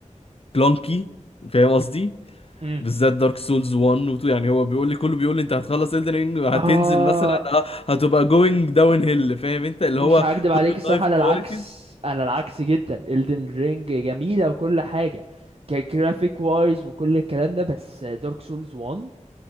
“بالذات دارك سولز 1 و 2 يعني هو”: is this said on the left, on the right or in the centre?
Left